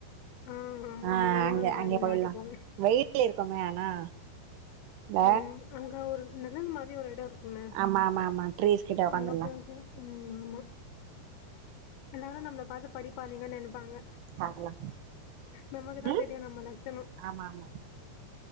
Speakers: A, on the left (about 90°); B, on the right (about 75°).
A: ஆ ஆமாமா.
B: ஆ
A: யூனோ
B: அங்கே
A: விளையாடி
B: அங்கேய போயிரலாம்
A: மாட்டிப்போமே!
B: வெயில இருக்குமே ஆனா இல்ல
A: ம் அங்க ஒரு நிழல் மாரி ஒரு எடம் இருக் க்கு
B: ஆமா ஆமா ஆமா ட்ரீஸ் கிட்ட உக்காந்துர்லா
A: அங்க போய ம் ஆமா எல்லாரும் நம்மள பாத்து படிப்பானீங்கு நினைப்பாங்க
B: பாக்கலா
A: நமக்குதான்
B: ம்
A: தெரியும் நம்ம லட்சணம்
B: ஆமா ஆமா